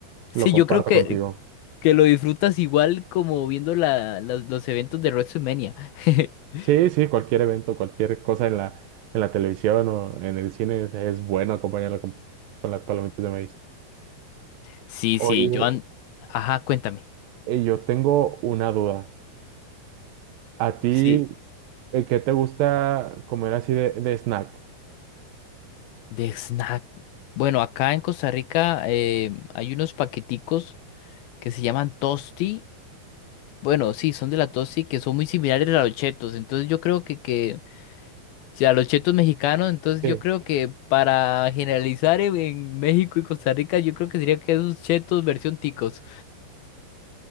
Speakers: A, on the left (about 75°); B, on the right (about 75°).
A: Sí,
B: Lo comparto
A: yo creo que
B: contigo.
A: que lo disfrutas igual como viendo la, las- los eventos de WrestleMania. <laughs>
B: Sí, sí, cualquier evento, cualquier cosa en la, en la televisión o en el cine es, es bueno acompañarlo con, con las palomitas de maíz.
A: Sí,
B: Oye,
A: sí, Joan. Ajá, cuéntame.
B: eh, yo tengo una duda. ¿A ti,
A: Sí,
B: eh, qué te gusta comer así de, de snack?
A: De snack. Bueno, acá en Costa Rica eh, hay unos paqueticos que se llaman Tosti. Bueno, sí, son de la Tosti que son muy similares a los chetos. Entonces yo creo que, que sí, a los chetos mexicanos, entonces
B: Sí,
A: yo
B: eh,
A: creo que para generalizar en, en México y Costa Rica, yo creo que sería que esos chetos versión ticos.